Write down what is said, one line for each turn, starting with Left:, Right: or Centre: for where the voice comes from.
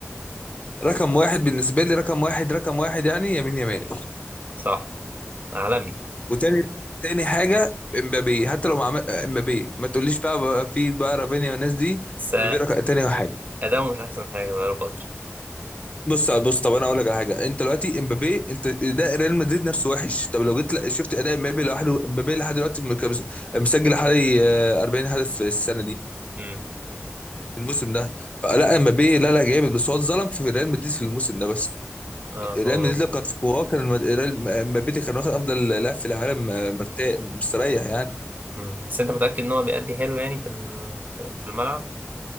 Left: رقم واحد بالنسبه لي رقم واحد رقم واحد يعني يمين يمال
Right: صح عالمي
Left: وتاني تاني حاجه امبابي حتى لو مع امبابي ما تقوليش بقى, بقى في بقى رافينيا والناس دي
Right: بس
Left: امبابي رقم تاني واحد
Right: اداؤه مش احسن حاجة بقاله فترة
Left: بص بص طب انا اقول لك على حاجه انت دلوقتي امبابي انت اداء ريال مدريد نفسه وحش طب لو جيت لا- شفت اداء امبابي لوحده امبابي لحد دلوقتي مكب- مسجل حوالي آه، 40 هدف في السنه دي
Right: امم
Left: الموسم ده فلا امبابي لا لا جامد بس هو اتظلم في ريال مدريد في الموسم ده بس
Right: اه
Left: ريال
Right: هو
Left: مدريد
Right: ممكن.
Left: لو كان سكواه كان المد- ريال- امبابي كان واخد افضل لاعب في العالم آه، مرتاح مستريح يعني
Right: مم. بس انت متأكد ان هو بيأدي حلو يعني في ال- في الملعب